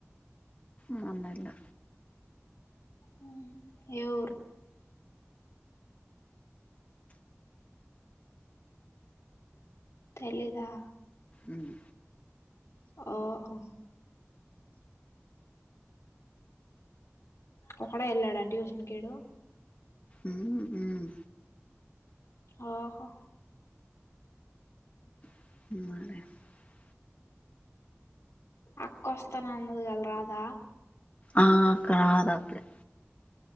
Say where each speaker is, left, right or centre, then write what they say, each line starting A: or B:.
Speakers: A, on the left; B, on the left.
A: మొన్నెల
B: హు్ హు్ ఏ ఊరు తెలిదా
A: ఉమ్
B: ఓహొ ఒకడే ఎళ్ళాడా ట్యూషన్కీడు
A: మ్ మ్
B: ఓహో
A: <unintelligible>
B: అక్కొస్తాన్ అన్నదిగలరాదా
A: ఆ కాద్ అప్పుడే